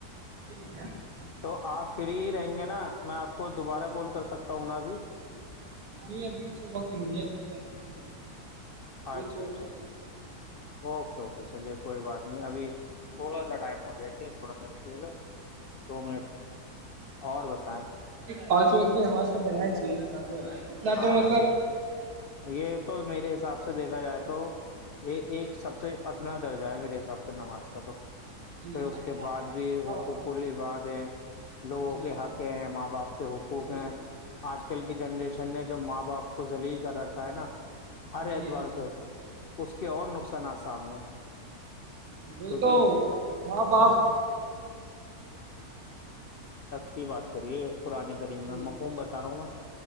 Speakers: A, on the right (about 75°); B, on the left (about 65°).
A: <unintelligible>
B: تو آپ فری ہی رہیں گے نا میں آپ کو دوبارہ کال کر سکتا ہوں ن بھیب
A: جی ابھی تو وقت نہیں ہےساتانا تو
B: اچھا
A: یہ کون
B: اچھا
A: س رہ
B: اوکے اوکے چلیے کوئی بات نہیں ابھی سوڑا ٹائم ہو تھڑا سا لو دو منٹ اور بتائیں
A: پانچ وقتی نماز تو پڑنا چ ہی ہے پہ کتنا
B: ہاں
A: تو مطلب
B: بھائی یہ تو میرے حساب سے دیکھا جائے تو یہ ایک سب سے ادنا درجہ ہے میرے سے حساب سے نماز کا تو پھر
A: جی
B: اس کے بعد بھی
A: ہاں
B: حقوق ال عباد ہے لوگوں
A: جی
B: کے حق ہیںپ کہ ہووکھو
A: جی
B: کہ آج کل کی جنریشن نے جب ماں باپ کو جلیل کر رکھا ہے نا سرے
A: جی
B: اتوار سے کے اور نقصانات سامنے
A: وہی
B: <inaudible>
A: تو ماں باپ
B: کی بات کریے پرانے قدیم میں
A: جی
B: مقوم بتا رہا ہوں میںا